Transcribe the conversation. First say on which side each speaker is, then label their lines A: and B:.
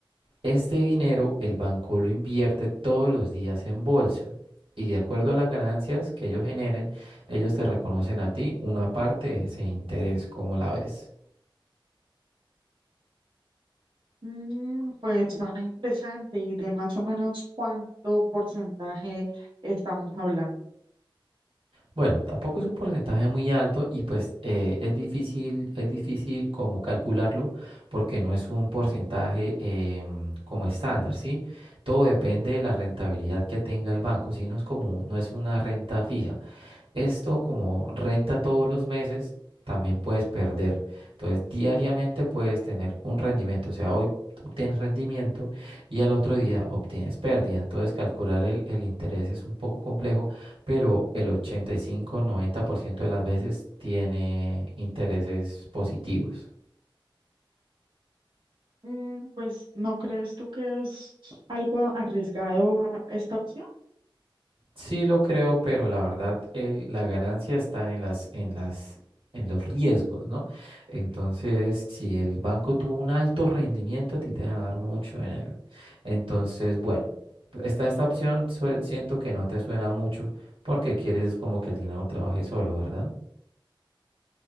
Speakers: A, on the right; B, on the right.
A: Este dinero el banco lo invierte todos los días en bolsa y de acuerdo a las ganancias que ellos generen, ellos te reconocen a ti una parte de ese interés, como la ves?
B: Mm, pues suena interesante y de más o menos cuánto porcentaje estamos hablando.
A: Bueno, tampoco es un porcentaje muy alto y pues eh, es difícil, es difícil como calcularlo porque no es un porcentaje em, como estándar, ¿sí? Todo depende de la rentabilidad que tenga el banco, ¿sí? No es como, no es una renta fija. Esto como renta todos los meses, también puedes perder. Entonces, diariamente puedes tener un rendimiento. O sea, hoy obtienes rendimiento y al otro día obtienes pérdida. Entonces, calcular el, el interés es un poco complejo, pero el 85-90% de las veces tiene intereses positivos.
B: Mm, pues ¿no crees tú que es algo arriesgado esta opción?
A: Sí lo creo, pero la verdad el- la ganancia está en las, en las, en los riesgos, ¿no? Entonces, si el banco tuvo un alto rendimiento, a ti te van a dar mucho dinero. Entonces, bueno, esta, esta opción sue- siento que no te suena mucho porque quieres es como que el dinero trabaje solo, ¿verdad?